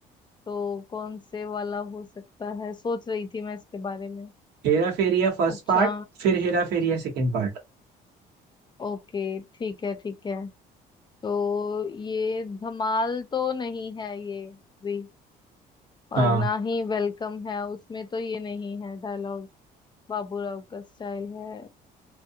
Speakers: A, on the left (about 25°); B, on the right (about 80°).
A: तो कौन से वाला हो सकता है सोच रही थी मैं इसके बारे में
B: हेरा फेरी या फर्स्ट
A: अच्छा
B: पार्ट फिर हेरा फेरी या सेकंड पार्ट
A: ओके ठीक है ठीक है तो ये धमाल तो नहीं है ये भी और
B: हाँ
A: ना ही वेलकम है उसमें तो ये नहीं है डायलॉग बाबूराव का स्टाइल है